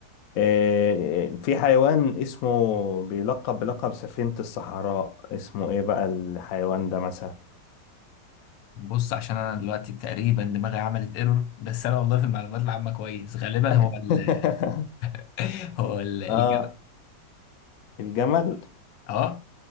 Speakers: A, on the left; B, on the left.
A: آه، في حيوان اسمه بيلقب بلقب سفينة الصحراء اسمه ايه بقى الحيوان ده مثلا
B: بص عشان انا دلوقتي تقريبا دماغي عملت ايرور بس انا والله في المعلومات العامة كويس غالبا
A: <laughs>
B: هو ال <laughs> هو ال الجبل
A: اه الجمل
B: اه